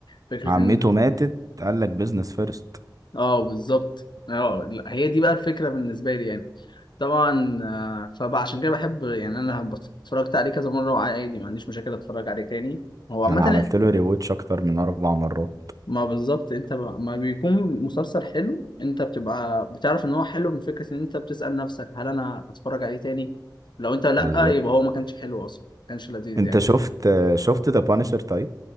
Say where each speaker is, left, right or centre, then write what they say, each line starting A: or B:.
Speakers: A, on the left; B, on the right.
A: فكره
B: عمته
A: ان
B: ماتت قال لك بيزنس فيرست
A: اه بالظبط اه لا، هي دي بقى الفكره بالنسبه لي يعني طبعا آه، فعشان كده بحب يعني انا هبط- اتفرجت عليه كذا مره وعادي ما عنديش مشاكل اتفرج عليه تاني هو عامه
B: انا عملت له ريوتش اكتر من اربع مرات
A: ما بالظبط انت ب... ما بيكون مسلسل حلو انت بتبقى بتعرف ان هو حلو من فكره ان انت بتسال نفسك هل انا هتفرج عليه تاني لو انت لا
B: بالظبط
A: يبقى هو ما كانش حلو اصلا ما كانش لذيذ
B: انت
A: يعني
B: شفت شفت ذا بانشر طيب